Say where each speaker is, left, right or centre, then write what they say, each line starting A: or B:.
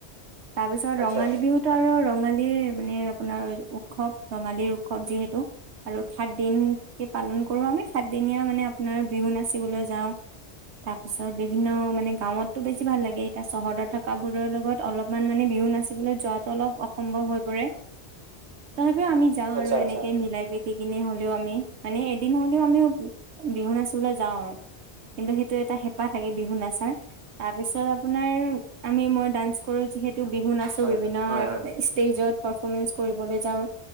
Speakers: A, on the right; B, on the right.
A: তাৰ পিছত
B: আচ্ছা
A: ৰঙালী বিহুত। টো আৰু ৰঙালীৰ মানে আপোনাৰ উৎসৱ ৰঙালীৰ উৎসৱ যিহেতু। আৰু সাত দিনটি পালন কৰো আমি সাতদিনীয়া মানে আপোনাৰ বিহু নাচিবলৈ যাওঁ। তাৰপিছত বিভিন্ন মানে গাঁৱত। তোৰ বেছি ভাল লাগে এতিয়া চহৰত থকা বোৰৰ লগত অলপমান মানে বিহু নাচিবলৈ যোৱাতো অলপ অসম্ভৱ হৈ পৰে।
B: <inaudible>
A: তথাপিও আমি যাওঁ।
B: আচ্ছা
A: আৰু
B: আচ্ছা।
A: এনেকে মিলাই প্ৰিতি কিনে হ'লেও আমি মানে এদিন হলেও আমিও বিহু নাচিবলৈ যাওঁ। কিন্তু সেইটো এটা হেঁপাহ থাকে বিহু নাচাৰ। তাৰপিছত আপোনাৰ আমি মই ডান্স কৰো, যিহেতু বিহু নাচো,
B: হয়
A: বিভিন্ন
B: হয় হয় হয়
A: ষ্টেজত। পাৰফমেঞ্চ কৰিবলৈ যাওঁ।